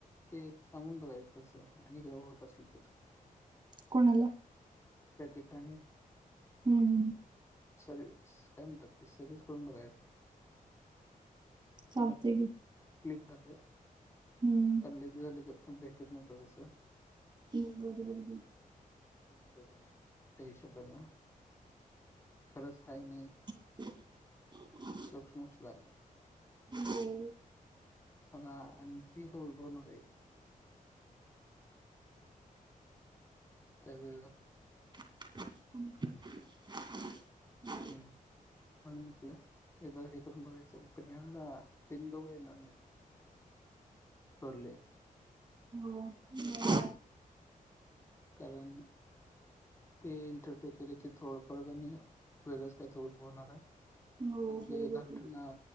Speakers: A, on the left; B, on the right.
A: ते सांगून बघायचं तस आणिएकदा होत असल तर
B: कोणाला.
A: त्या ठिकाणी.
B: हम् हम्
A: सर्स काय म्हणतात ते सजेस्ट करून बघायचं.
B: चालतंय
A: मला क्लिक
B: की
A: झालं.
B: हम्म
A: <unintelligible> भेटत नव्हतं तसं
B: <unintelligible> बरोबल.
A: त्या हिशोबान. खरंच हाय नाही.
B: <inaudible>
A: सूक्ष्मक्ष झालं.
B: होम.
A: आ आणखी तोल्बवण. त्यावेळ का.
B: <inaudible>
A: हम् म्हण म्हटलंदा हे करून बघायचं पण या तीन दोघ येणार नाही करले.
B: हो ब.
A: कारण ते इंटरफेर केले क थोडफत वेगळंच काही तर उद्भवणार आहे.
B: हो
A: ते
B: बरोबर
A: डाक्टर
B: की
A: ना